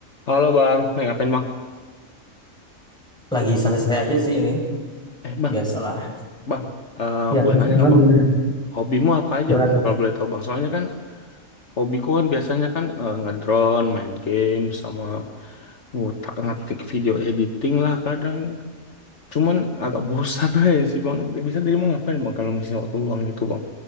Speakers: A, on the left; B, in the centre.
A: Halo bang, eh, ngapain bang?
B: Lagi santai-santai aja sih ini.
A: Eh bang,
B: Biasalah.
A: bang, eh
B: Ya,
A: boleh
B: gimana
A: nanya
B: gimana
A: nggak bang?
B: gimana
A: Hobimu apa aja
B: Gimana
A: bang?
B: tuh?
A: Bakal boleh tahu bang. Soalnya kan hobiku kan biasanya kan eh, ngedrone, main game, sama ngutak ngatik video editing lah kadang. Cuman agak bosan <laughs> aja sih bang. Bisa jadi mau ngapain bang kalau misalnya waktu luang gitu bang?